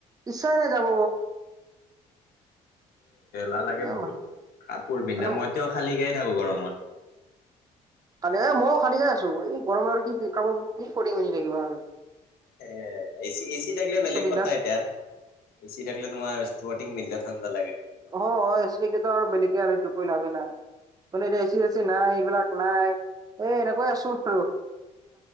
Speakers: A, on the right (about 20°); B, on the left (about 60°).
A: ইচ্চাই নে যাব।
B: নালাগে
A: এ
B: বহুত কাপোৰ
A: মানে
B: পিন্ধা মইতো খালীকয় থাকো গৰমত।
A: খালি এ মইয়ো খালী গে আছো এই গৰম দৰ কি কামত কি কৰি মিনি থাকিবা আ।
B: এ এচি থাকিলে বেলেগ
A: বিন্দাছ
B: কথা এতিয়া এচি থাকিলে তোমাৰটি ম। ঠাণ্ডা লাগে।।
A: অ অচিনকেতো আৰু বেলেগে আৰু এইটো কই লাভে নাই। মানে এতিয়া এচি এচি নাই এইবিলাক নাই এ এনেকৈ আছো আৰু।